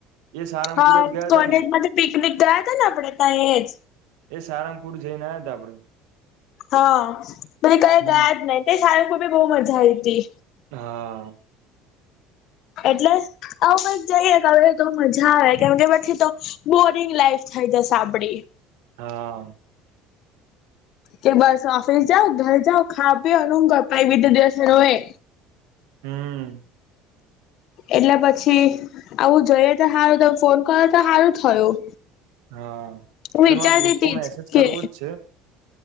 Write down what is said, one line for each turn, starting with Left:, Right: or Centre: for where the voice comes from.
Right: એ સારંગપુર
Left: હા,
Right: જ ગયા
Left: કોલેજ
Right: તા ને
Left: માંથી પિકનિક ગયાતા ન આપડે તા એજ
Right: એ સારંગપુર જઈને આયા તા આપડે
Left: હા, પછી કંઈએ
Right: હમ
Left: ગયાજ નઈ, તઈ સારંગપુર બી બહુ મજા આઈતી
Right: હા.
Left: એટલે આવું કઈક જઈએ કંઈએ તો મજા આવે કેમકે પછી તો બો રીંગ લાઈફ થઈ જશે, આપડી.
Right: હા.
Left: કે બસ ઓફિસ જાઓ, ઘર જાઓ, ખાવો પીવો ન રોવો પછી બીજે દિવસે રોય
Right: હમ્મ.
Left: એટલે પછી આવું જોઈએ તે હારુ, તમ ફોન કર્યો તો હારુ થયું.
Right: હા, એટલે
Left: હું વિચારતી
Right: મારે ગ્રુપમાં
Left: તી
Right: મેસેજ
Left: જ
Right: કરવોજ
Left: કે
Right: છે.